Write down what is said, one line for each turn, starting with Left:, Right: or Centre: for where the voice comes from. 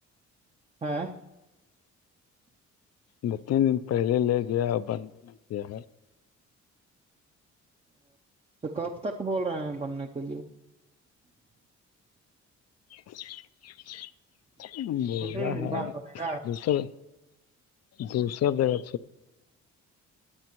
Right: ہاں
Left: دو تین دن پہلے لے گیا بن نہیں کیا
Right: تو کب تک بول رہے ہیں بننے کے لیے
Left: <unintelligible> بولا
Right: دو تین دن
Left: ہے
Right: بعد بنے گا
Left: دوسر دوسرہ جگہ